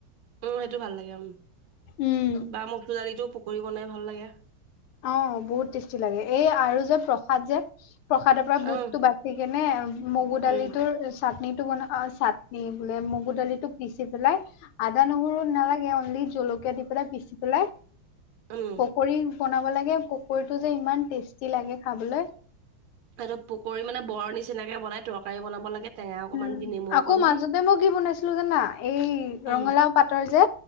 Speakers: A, on the right (about 85°); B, on the left (about 85°).
A: উম, সেইটো ভাল লাগে উম,
B: উম।
A: ববা মচুৰ দালিতটো পকৰি বনাই ভাল লাগে।
B: অ' বহুত টেষ্টি লাগে এই আৰু যে প্ৰসাদ যে প্ৰসাদৰ পৰা
A: উম
B: বুটতটো বাচি কেনে মগু দালিটোৰ
A: উম
B: চাটনিটো ব অ চাটনি বোলে মগু দালি টো পিচি পেলাই আদা নহৰু নালাগে অনলি জলকীয়া দি পেলাই পিচি পেলাই
A: উম
B: পকৰি বনাব লাগে পকৰিটো যে ইমান টেষ্টি লাগে খাবলৈ।
A: তহত পকী মানে বৰ নিচিনাকে বনাই তৰকাৰী বনাব লাগে। টেঙা অকমান
B: উম,
A: দি নেমু
B: আকৌ
A: অকণ
B: মাজতে
A: দি
B: মই কি বনাইছিলো জানা এই
A: উম
B: ৰঙালাও পাটৰ যে